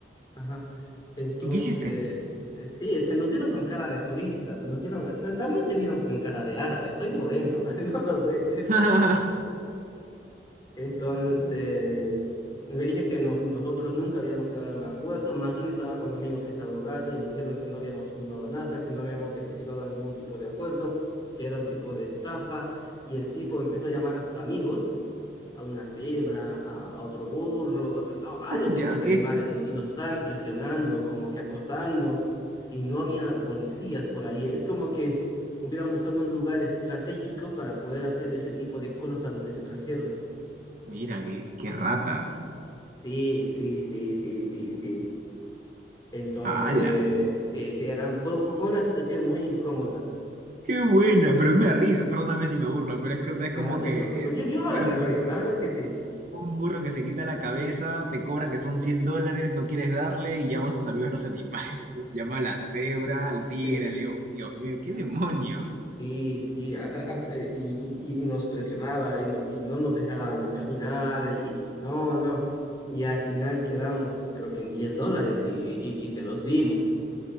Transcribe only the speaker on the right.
¿Qué hiciste?
<laughs>
Ya,
¿qué-
qué-
Mira, qué, qué ratas.
¡Hala!
¡Qué buena! Pero me da risa, perdóname si me burla, pero es que, o sea, es como
que
eh,
era
un,
un burro que se quita la cabeza, te cobra que son 100 dólares, no quieres darle y llama a sus amigos los animales. <laughs> Llama a la cebra, al tigre,
al león. Dios mío, ¿qué demonios?